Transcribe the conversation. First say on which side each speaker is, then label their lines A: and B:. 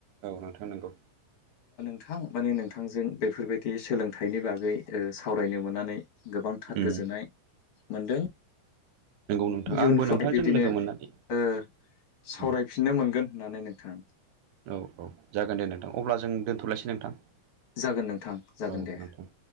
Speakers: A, on the right; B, on the left.
A: औ नोंथां नंगौ।
B: नोंथां माने नोंथांजों बेफोरबायदि सोलोंथाइनि बागै ओ सावरायनो मोननानै गोबांथार
A: उम
B: गोजोननाय मोनदों।
A: नंगौ नोंथां
B: इयुनफ्राव
A: आंबो नोंथांजों
B: बिदिनो
A: लोगो मोननानै
B: ओ सावरायफिननो
A: उम
B: मोनगोन होननानै नोंथा
A: औ औ जागोन दे नोंथां अब्ला जों दोनथ'लायसै नोंथां
B: जागोन नोंथां जागोन
A: औ
B: दे
A: नोंथां।